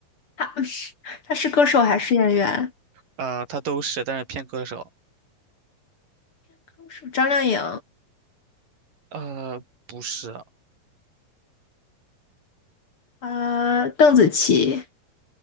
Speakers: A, on the left; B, on the right.
A: 她 <laughs> 她是歌手还是演员？
B: 呃，他都是，但是偏歌手。
A: 歌手张靓颖，
B: 呃，不是，
A: 呃，邓紫棋，